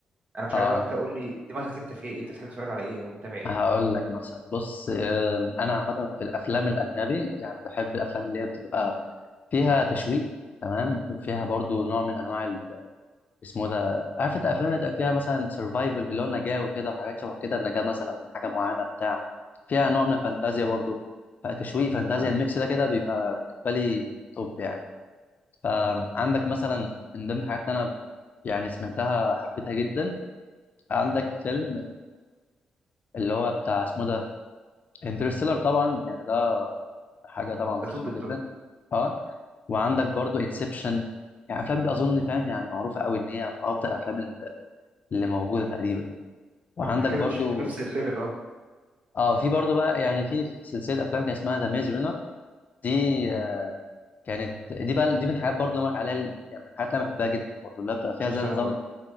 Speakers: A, on the right (about 45°); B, on the left (about 55°).
A: انا مش
B: اه
A: عارف بقى انت قول لي دماغك انت فيها ايه انت بتحب تتفرج على ايه او متابع ايه
B: هقول لك مثلا بص آه انا عامه في الافلام الاجنبي يعني بحب الافلام اللي هي بتبقى فيها تشويق تمام وفيها برضو نوع من انواع اسمه ده عارف انت افلام اللي تبقى فيها مثلا سرفايفل اللي هو النجاه وكده وحاجات شبه كده النجاه مثلا من حاجه معينه بتاع فيها نوع من الفانتازيا برضو فتشويق فانتازيا
A: اه
B: الميكس ده كده بيبقى بالنسبه لي توب يعني فعندك
A: مم.
B: مثلا من ضمن الحاجات اللي انا يعني سمعتها حبيتها جدا عندك فيلم اللي هو بتاع اسمه ده انترستيلر طبعا يعني ده حاجه طبعا
A: ده
B: فخمه
A: توب التوب
B: جدا اه وعندك برضو انسبشن يعني الافلام دي اظن فاهم يعني معروفه قوي ان هي من افضل الافلام اللي اللي موجوده تقريبا وعندك
A: طب ما احنا كده
B: برضو
A: ماشيين في نفس الليفل اه
B: اه في برضو بقى يعني في سلسله افلام كان اسمها ذا ميز رينر دي آه، كانت دي بقى دي من الحاجات برضو اللي أنا بقولك عليها ال- يعني من الحاجات اللي انا بحبها جدا برضو اللي بتبقى فيها
A: شفتها
B: زي نظام
A: برضه